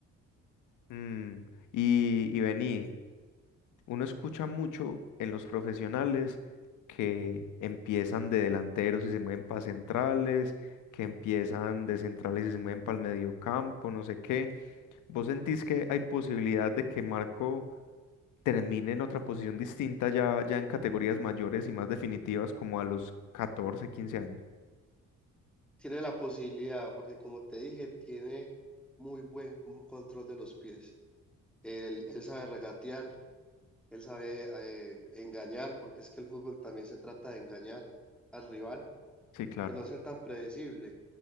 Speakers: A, on the left; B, in the centre.
A: Mm, Y, y vení, uno escucha mucho en los profesionales que empiezan de delanteros y se mueven para centrales, que empiezan de centrales y se mueven para el mediocampo, no sé qué. ¿Vos sentís que hay posibilidad de que Marco termine en otra posición distinta ya, ya en categorías mayores y más definitivas como a los 14 15 años.
B: Tiene la posibilidad, porque como te dije, tiene muy buen control de los pies. Él, él sabe regatear, él sabe eh, engañar, porque es que el fútbol también se trata de engañar al rival,
A: Sí, claro.
B: de no ser tan predecible.